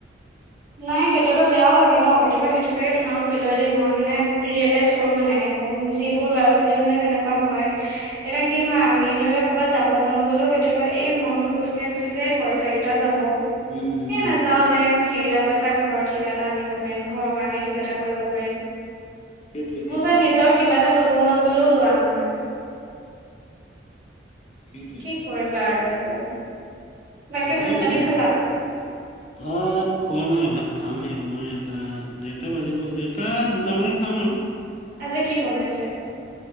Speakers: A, on the right; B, on the left.
A: নাই কেতিয়াবা বেয়াও লাগে ন'? কেতিয়াবা সেইটো চাগে তোমাৰ ফিল হয় দেই মই মই মানে, ৰিয়েলাইচ কৰো মানে যিবোৰ ল'ৰা-ছোৱালীৰ মানে তেনেকুৱা হয়। এতিয়া কি হয় আমি ধৰি লওক ক'বাত যাব মন গ'লেও কেতিয়াবা এই মনটো কোচ খাই গুচি যায়। এই পইচা কেইটা যাব,
B: উম উম
A: এই নাযাও
B: উম
A: দে। সেইকেইটা পইচা ঘৰত কিবা এটা আনিব পাৰিম, ঘৰৰ কাৰণে কিবা এটা কৰিব পাৰিম।
B: সেইটোৱে সেইটোৱে
A: মোৰ যে নিজৰ কিবা এটা ল'ব মন গলেও লোৱা নহয়।
B: সেইটোৱে।
A: কি কৰিবা আৰু এইবোৰ? বাকী
B: উপায়
A: ভাত পানী
B: নাই
A: খালা
B: আৰু। ভাত খোৱা নাই। ভাত খামহে তোমাৰ এটা, ডেৰটা বাজিব। ডেৰটা দুটামানত খাম আৰু।
A: আজি কি বনাইছে?